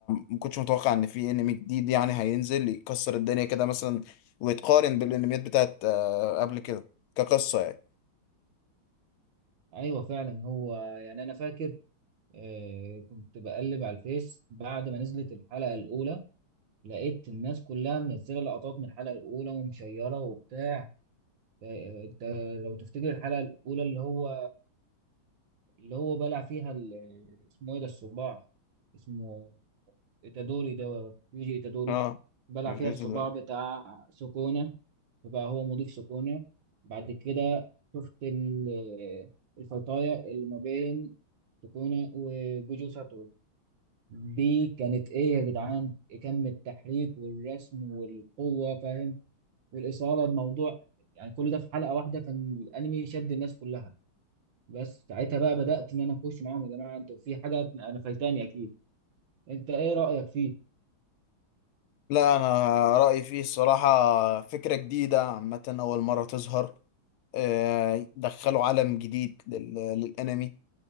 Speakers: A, on the left (about 80°); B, on the right (about 65°).
A: ما كنتش متوقع ان في انمي جديد يعني هينزل يكسر الدنيا كده مثلا ويتقارن بالانميات بتاعت آه، قبل كده كقصه يعني
B: ايوه فعلا هو يعني انا فاكر آه كنت بقلب على الفيس بعد ما نزلت الحلقه الاولى لقيت الناس كلها منزله لقطات من الحلقه الاولى ومشيره وبتاع ف- انت لو تفتكر الحلقه الاولى اللي هو اللي هو بلع فيها ال- اسمه ايه ده الصباع اسمه إيتادوري ده يوجي إيتادوري
A: اه
B: بلع
A: جوجوتسو
B: فيها الصباع
A: ده
B: بتاع سكونة فبقى هو مضيف سكونة بعد كده شفت ال- الفيطاية اللي ما بين سكونة وجوجو ساتورو دي كانت إيه يا جدعان كم التحريك والرسم والقوة فاهم والإثارة الموضوع يعني كل ده في حلقة واحدة كان الأنمي شد الناس كلها بس ساعتها بقى بدأت إن أنا أخش معاهم يا جماعة أنتوا في حاجة أنا فايتاني أكيد أنت إيه رأيك فيه؟
A: لا انا رايي فيه الصراحه فكره جديده عامه اول مره تظهر آه، دخلوا عالم جديد لل- للانمي